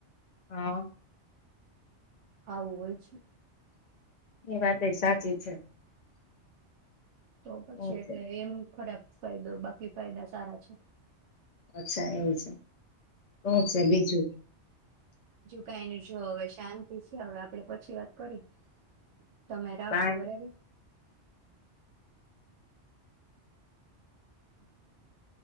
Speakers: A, on the left (about 45°); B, on the right (about 80°).
A: હા
B: આવું હોય છે.
A: એ વાત એ સાચી છે.
B: તો પછી
A: એવું
B: એટલે
A: છે
B: એમ ખરાબ ફાયદો બાકી ફાયદા સારા છે.
A: અચછા એવું છે. શું છે બીજું
B: કાઈની જો હવે શાંતિ છે, હવે આપડે પછી વાત કરયે. તમે રાખો
A: બાય
B: બરાબર. <inaudible>